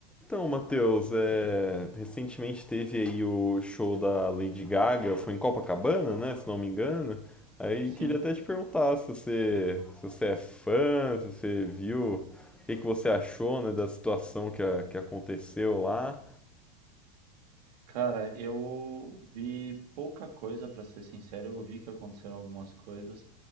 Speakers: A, in the centre; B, on the right.
A: Então, Matheus, é, recentemente teve aí o show da Lady Gaga, foi em Copacabana, né, se não me engano. Aí
B: Sim,
A: queria até te perguntar se você, se você é fã, se você viu, o que que você achou, né, da situação que, a- que aconteceu lá.
B: cara, eu vi pouca coisa, pra ser sincero. Eu vi que aconteceram algumas coisas.